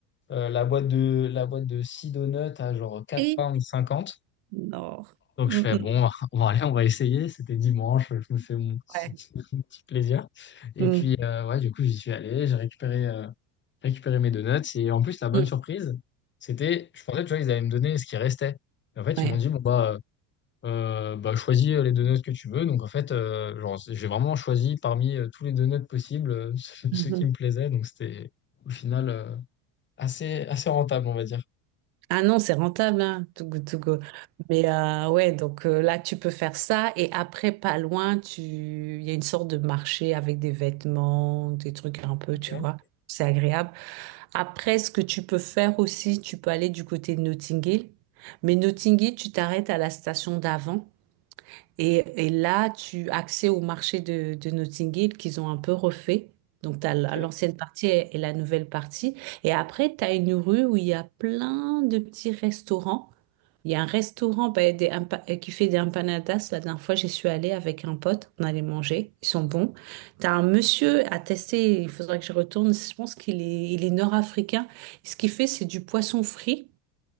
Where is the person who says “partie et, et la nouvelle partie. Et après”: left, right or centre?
Right